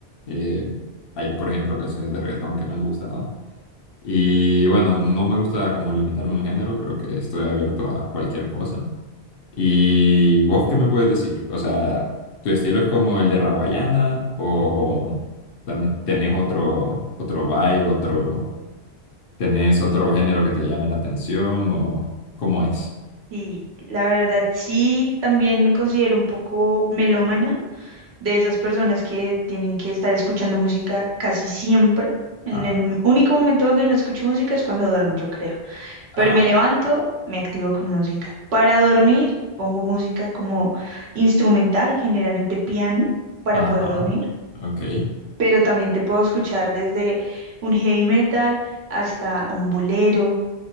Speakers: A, on the left; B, on the right.
A: Eh, hay, por ejemplo, canciones de reggaetón que me han gustado. Y bueno, no me gusta como limitarme a un género, creo que estoy abierto a cualquier cosa. ¿Y vos qué me puedes decir? O sea, ¿tu estilo es como el de Raguayana o tam- tenés otro, otro vibe, otro, tenés otro género que te llame la atención o cómo es?
B: Sí, la verdad sí, también me considero un poco melómana de esas personas que tienen que estar escuchando música casi siempre. El,
A: Ah,
B: el único momento donde no escucho música es cuando duermo, yo creo. Pero
A: agua.
B: me levanto, me activo con música. Para dormir, pongo música como instrumental, generalmente piano, para
A: Ajá,
B: poder dormir.
A: ok.
B: Pero también te puedo escuchar desde un heavy metal hasta un bolero,